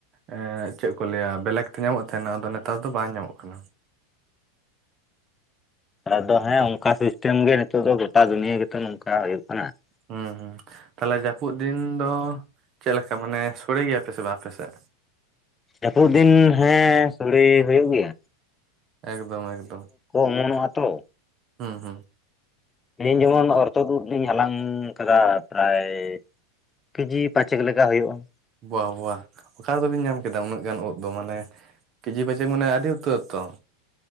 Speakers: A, on the right; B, on the left.
A: ᱮᱸᱻ, ᱪᱮᱫ ᱠᱚ ᱞᱟᱹᱭᱟ? ᱵᱮᱞᱮᱠ ᱛᱮ ᱧᱟᱢᱚᱜ ᱛᱟᱦᱮᱱᱟ ᱾ ᱟᱫᱚ ᱱᱮᱛᱟᱨ ᱫᱚ ᱵᱟᱝ ᱧᱟᱢᱚᱜ ᱠᱟᱱᱟ ᱾
B: ᱟᱫᱚ ᱦᱮᱸ, ᱚᱱᱠᱟ ᱥᱤᱥᱴᱮᱢ ᱜᱮ, ᱱᱤᱛᱚᱜ ᱫᱚ, ᱜᱚᱴᱟ ᱫᱩᱱᱤᱭᱟ., ᱜᱮᱛᱚ ᱱᱚᱝᱠᱟ ᱦᱩᱭᱩᱜ ᱠᱟᱱᱟ ᱾
A: ᱦᱩᱸ, ᱦᱩᱸ ᱾ <inaudible> ᱛᱟᱦᱚᱞᱮ, ᱡᱟᱹᱯᱩᱫ ᱫᱤᱱ ᱫᱚ ᱪᱮᱫ ᱞᱮᱠᱟ? ᱢᱟᱱᱮ ᱥᱚᱲᱮ ᱜᱮᱭᱟ ᱯᱮ, ᱥᱮ ᱵᱟᱝ ᱟᱯᱮᱥᱮᱫ?
B: ᱡᱟᱹᱯᱩᱫ ᱫᱤᱱ, ᱦᱮᱸ, ᱥᱳᱲᱮ ᱦᱩᱭᱩᱜ ᱜᱮᱭᱟ ᱾
A: ᱮᱠᱫᱚᱢ ᱮᱠᱫᱚᱢ
B: ᱚᱢᱚᱱᱚᱜᱼᱟ
A: ᱾
B: ᱛᱚ
A: ᱦᱩᱸ ᱦᱩᱸ ᱾
B: ᱛᱮᱦᱮᱧ ᱡᱮᱢᱚᱱ ᱚᱨᱛᱚᱫᱩᱫ ᱞᱤᱧ ᱦᱟᱞᱟᱝ ᱟᱠᱟᱫᱟ, ᱯᱨᱟᱭ ᱠᱮᱡᱤ ᱯᱟᱸᱪᱠ ᱞᱮᱠᱟ ᱦᱩᱭᱩᱜᱼᱟ ᱾
A: ᱵᱟ ᱵᱟ, ᱚᱠᱟ ᱨᱮᱫᱚ ᱵᱤᱱ ᱧᱟᱢ ᱠᱮᱫ? ᱠᱮᱫᱟ ᱩᱱᱟᱹᱜ ᱜᱟᱱ ᱩᱫᱽ ᱫᱚ, ᱢᱟᱱᱮ ᱠᱮᱡᱤ ᱯᱟᱪᱮ, ᱢᱟᱱᱮ ᱟᱹᱰᱤ ᱩᱛᱟᱹᱨ ᱛᱚ ᱾